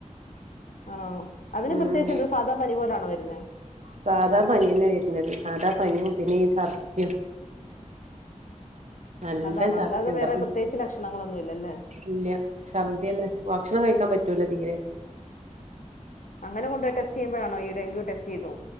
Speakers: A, on the left (about 80°); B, on the right (about 65°).
A: ആണോ. അതിന്
B: ഉം
A: പ്രത്യേകിച്ച് എന്താ സാധാ പനി പോലാണോ വരുന്നെ.
B: സാധാ പന്യന്നെ വരുന്നത്. സാധാ പനിയും പിന്നെ ഈ ചർദി നല്ല
A: അതാണോ
B: ചർത്തിണ്ടാകും
A: അല്ലാതെ വേറെ പ്രത്യേകിച്ച്
B: ഉം
A: ലക്ഷണങ്ങളൊന്നും ഇല്ലല്ലേ
B: ഇല്ല ഛർദ്ദ്യന്നെ. ഭക്ഷണം കഴിക്കാൻ പറ്റൂല തീരെ.
A: അങ്ങനെ കൊണ്ട് ടെസ്റ്റ് ചെയുമ്പയാണൊ ഈ ഡെങ്കു ടെസ്റ്റ് ചെയ്തു.